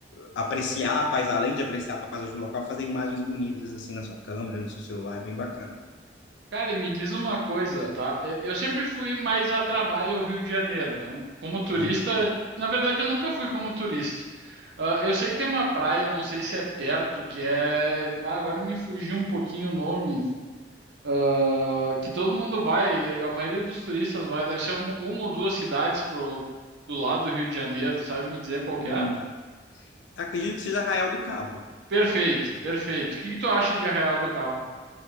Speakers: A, on the left (about 80°); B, on the right (about 65°).
A: apreciar a paisagem, além de apreciar a paisagem do local, fazer imagens bonitas, assim, na sua câmera, no seu celular. É bem bacana.
B: Cara, e me diz uma coisa, tá? Eu eu sempre fui mais a trabalho ao Rio de Janeiro, né? Como turista,
A: Sim.
B: na verdade, eu nunca fui como turista. Ah, eu sei que tem uma praia, não sei se é perto, que é. Ah, agora me fugiu um pouquinho o nome. Ah, que todo mundo vai, a maioria dos turistas vai, deve ser uma, uma ou duas cidades pro, do lado do Rio de Janeiro, sabe me dizer qual que
A: Hum.
B: é?
A: acredito que seja Arraial do Cabo.
B: Perfeito, perfeito. O que que tu acha de Arraial do Cabo?